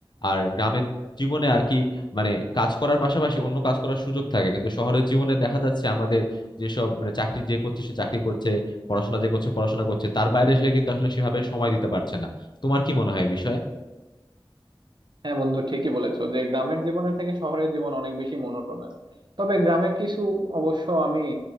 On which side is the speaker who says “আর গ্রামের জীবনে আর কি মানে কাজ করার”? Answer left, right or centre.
Left